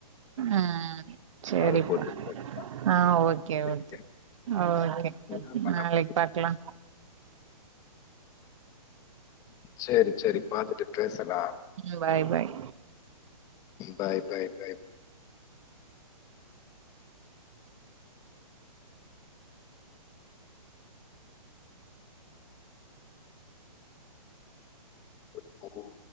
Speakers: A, on the right; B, on the left.
A: ஆஹ் செர்ரிப்பா.
B: கால் போட்டு பேசலாம்.
A: ஆஹ் ஓகே
B: சரி
A: ஓகே ஓகே
B: என்ன பண்ண
A: நாளைக்
B: மாதிரி?
A: பாக்லா.
B: சேர்ரி சேர்ரி பாத்துட்டு பேசலா
A: ம் bye bye
B: bye bye by